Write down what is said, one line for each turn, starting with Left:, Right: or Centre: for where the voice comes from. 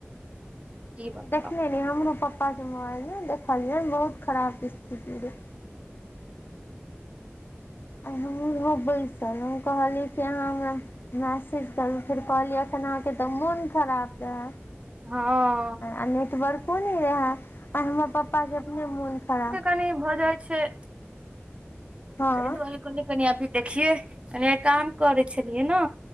Right: बताउ
Left: देखने ने हमरो पापा के मोबाल देखलियै बहुत खराब स्थिति रहै। आ हमहूँ हो बैसल हम कहलियै कि अहाँ हमरा मैसेज करू फेर कहलियै एखन अहाँके तऽ मोन खराब रहा।
Right: हँ
Left: आ नेटवर्को नहि रहा आ हमर पापा के अपने मोन खराब
Right: तनी भऽ जाइ छैय
Left: हँ
Right: ताहि दुआरे कहली कनि अभी देखियै कनि काम करै छलियै ने।